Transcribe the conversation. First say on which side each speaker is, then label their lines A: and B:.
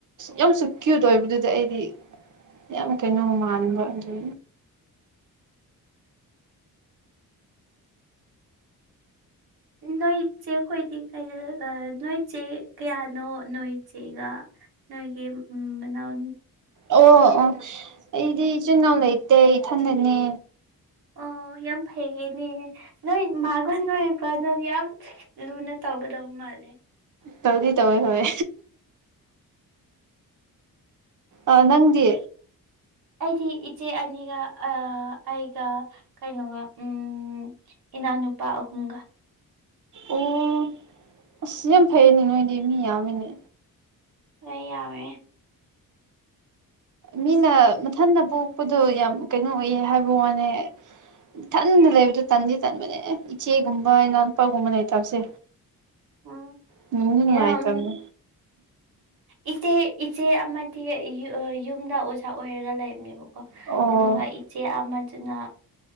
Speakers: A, on the right (about 55°); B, on the right (about 70°).
A: ꯌꯥꯝꯁꯨ ꯀ꯭ꯌꯨꯠ ꯑꯣꯏꯕꯗꯨꯗ ꯑꯩꯗꯤ ꯌꯥꯝ ꯀꯩꯅꯣ ꯃꯥꯟꯕ ꯑꯗꯨ
B: ꯅꯣꯏ ꯆꯦꯈꯣꯏꯗꯤ ꯀꯗ ꯅꯣꯏꯆꯦ ꯀꯌꯥꯅꯣ ꯅꯣꯏ ꯆꯦꯒ ꯅꯣꯏꯒꯤ ꯃꯅꯥꯑꯣ
A: ꯑꯣ ꯑꯣ ꯑꯩꯗꯤ ꯏꯆꯤꯜ ꯏꯅꯥꯎ ꯂꯩꯇꯦ ꯏꯊꯟꯗꯅꯦ
B: ꯑꯣ ꯌꯥꯝ ꯐꯩꯅꯦ ꯅꯣꯏ ꯃꯥꯒ ꯅꯣꯏ ꯀ ꯅ ꯌꯥꯝ ꯂꯨꯅ ꯇꯧꯒꯗꯧ ꯃꯥꯜꯂꯦ
A: ꯇꯧꯗꯤ ꯇꯧꯋꯦ ꯍꯦ ꯑ ꯅꯪꯗꯤ
B: ꯑꯩꯗꯤ ꯏꯆꯦ ꯑꯅꯤꯒ ꯑꯩꯒ ꯀꯩꯅꯣꯒ ꯎꯝ ꯏꯅꯥꯎꯅꯨꯄꯥ ꯑꯍꯨꯝꯒ
A: ꯑꯣ ꯑꯁ ꯌꯥꯝ ꯐꯩꯅꯦ ꯅꯣꯏꯗꯤ ꯃꯤ ꯌꯥꯝꯃꯤꯅꯦ
B: ꯍꯣꯏ ꯌꯥꯝꯃꯦ
A: ꯃꯤꯅ ꯃꯊꯟꯇ ꯄꯣꯛꯄꯗꯣ ꯌꯥꯝ ꯀꯩꯅꯣ ꯑꯣꯏꯌꯦ ꯍꯥꯏꯕ ꯋꯥꯅꯦ ꯊꯟꯗ ꯂꯩꯕꯗꯣ ꯇꯟꯗꯤ ꯇꯟꯕꯅꯦ ꯏꯆꯦꯒꯨꯝꯕ ꯏꯅꯥꯎꯄꯥꯒꯨꯝꯕ ꯂꯩꯇꯕꯁꯦ
B: ꯎꯝ
A: ꯅꯨꯡꯁꯨ ꯅꯨꯡꯉꯥꯏꯇꯕꯅꯤ
B: ꯌꯥꯝ ꯏꯆꯦ ꯏꯆꯦ ꯑꯃꯗꯤ ꯌꯨꯝꯗ ꯑꯣꯖꯥ ꯑꯣꯏꯔꯒ ꯂꯩꯕꯅꯦꯕꯀꯣ
A: ꯑꯣ
B: ꯑꯗꯨꯒ ꯏꯆꯦ ꯑꯃꯖꯨ ꯑꯗꯨꯅ